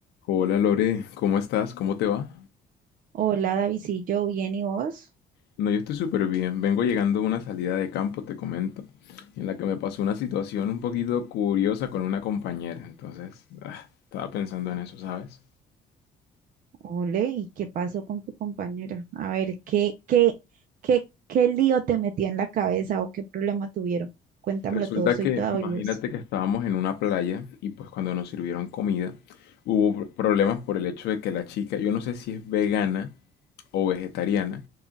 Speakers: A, on the left (about 80°); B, on the right (about 55°).
A: Hola Lore, ¿cómo estás? ¿Cómo te va?
B: Hola, David, sí, yo ¿bien y vos?
A: No, yo estoy súper bien. Vengo llegando de una salida de campo, te comento, en la que me pasó una situación un poquito curiosa con una compañera. Entonces, ah, estaba pensando en eso, ¿sabes?
B: Ole, ¿y qué pasó con tu compañera? A ver, ¿qué, qué, qué, qué lío te metió en la cabeza o qué problema tuvieron? Cuéntamelo
A: Resulta
B: todo, soy
A: que,
B: toda
A: imagínate
B: oídos.
A: que estábamos en una playa y pues cuando nos sirvieron comida, hubo pr- problemas por el hecho de que la chica, yo no sé si es vegana o vegetariana,